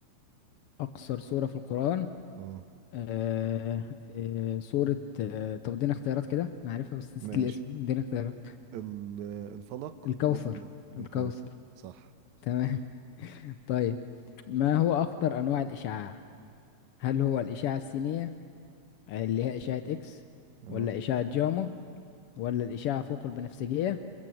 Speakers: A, on the left; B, on the right.
A: اقصر سورة في القرآن
B: اه
A: آه آه سورة آه طب ادينا اختيارات كده انا عارفها بس نسيت
B: ماشي
A: الاسم ادينا اختيارات
B: ال- آه، الفلق
A: الكوثر
B: ولا الكوثر
A: الكوثر
B: صح
A: تمام <laughs> طيب ما هو اخطر انواع الاشعاع هل هو الاشعة السينية اللي هي اشعة اكس
B: اه
A: ولا اشعة جاما ولا الاشعة فوق البنفسجية